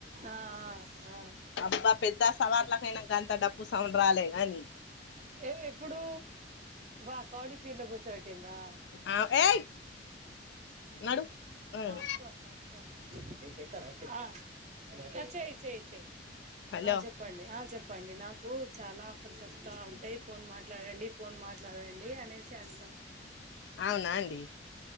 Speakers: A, on the right (about 40°); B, on the left (about 75°).
A: ఆ, ఆ, ఆ.
B: అబ్బ పెద్ద సవార్లకైనా గంత డప్పు సౌండ్ రాలే గానీ
A: ఎ ఎప్పుడూ వా కౌడి పీర్లు గూసో వెట్టిన్రా
B: ఆ ఏయ్
A: <unintelligible>
B: నడు ఉమ్,
A: నేన్ చేతన్న ఇట్ల ఇపుడు, ఆ, నాకేమో ఇపుడు, ఆ చెయ్ చెయ్ చెయ్
B: హలో
A: ఆ చెప్ చెప్పండి ఆ చెప్పండి నాకు చాలా ఆఫర్స్ వస్తా ఉంటాయి ఫోన్ మాట్లాడండి ఫోన్ మాట్లాడండి అనేసి అంటాం
B: అవునా అండి